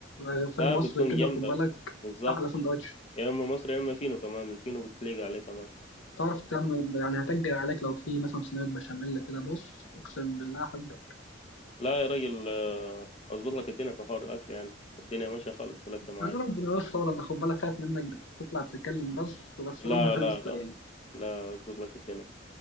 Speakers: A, on the left; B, on the left.
A: رغيفين
B: لا
A: مصر
B: بتكون
A: كده
B: جامده
A: خد بالك
B: بالظبط
A: أحلى سندوتش
B: يا اما مصري يا اما فينو كمان الفينو بتليق عليه كمان
A: تعرف تعمل يعني هتجري عليك لو في مثلا صينية بشاميل كده بص أقسم بالله أحب
B: لا يا راجل آه، اظبط لك الدنيا في حوار الاكل يعني الدنيا ماشيه خالص في الاكل معايا
A: أنا ربنا يستر أنا خد بالك خايف منك بتطلع بتتكلم بس بس
B: لا
A: ربنا <laughs>
B: لا
A: يستر
B: لا
A: يعني
B: لا اظبط لك الدنيا